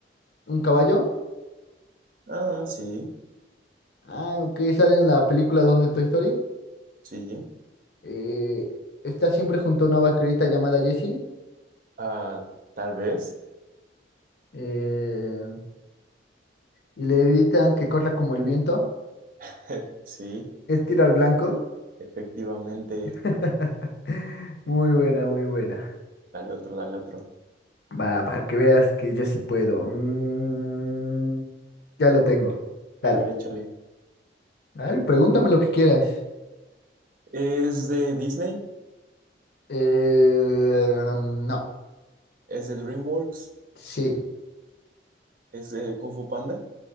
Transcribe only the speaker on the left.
un caballo?
Ah, ok, sale en la película 2 de Toy Story.
Eh, está siempre junto a una vaquerita llamada Jessie.
eh, y le gritan que corra como el viento.
Es tiro al blanco.
<laughs> Muy buena, muy buena.
Va, para que veas que yo sí puedo. Mm, ya lo tengo. Dale.
Dale, pregúntame lo que quieras.
Eh, um, no.
Sí.